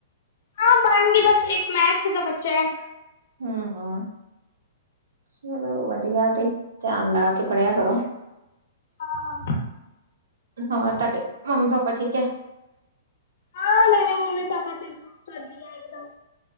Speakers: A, on the left (about 60°); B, on the right (about 80°).
A: ਹਾਂ ਬਣ ਗੇ ਬਸ ਇੱਕ ਮੈਥ ਦਾ ਬਚਿਆ।
B: ਹੂੰ ਹਾਂ। ਚਲੋ ਵਧੀਆ ਤੇ ਧਿਆਨ ਲਾ ਕੇ ਪੜ੍ਹਿਆ ਕਰੋ।
A: ਹਾਂ।
B: ਹਾਂ ਤੁਹਾਡੇ ਮੰਮੀ ਪਾਪਾ ਠੀਕ ਐ?
A: ਹਾਂ ਮੇਰੇ ਮੰਮੀ ਪਾਪਾ ਤੇ ਵਧੀਆ ਇੱਕਦਮ।